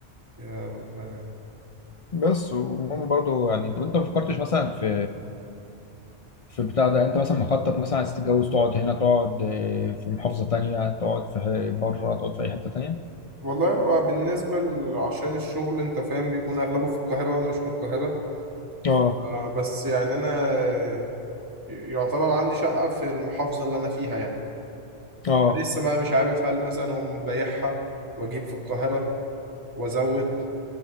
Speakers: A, on the right (about 15°); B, on the left (about 50°).
A: يا ربنا
B: بس وماما برضو يعني طب انت ما فكرتش مثلا في في بتاع ده انت مثلا مخطط مثلا عايز تتجوز تقعد هنا تقعد آه، في محافظه تانية تقعد في بره تقعد في اي حته تانية
A: والله هو بالنسبه ل- عشان الشغل انت فاهم بيكون اغلبه في القاهره وانا مش من القاهره
B: اه
A: آه، بس يعني انا آه، يعتبر عندي شقه في المحافظه اللي انا فيها يعني
B: اه
A: لسه بقى مش عارف هل مثلا هم بايعها واجيب في القاهره وازود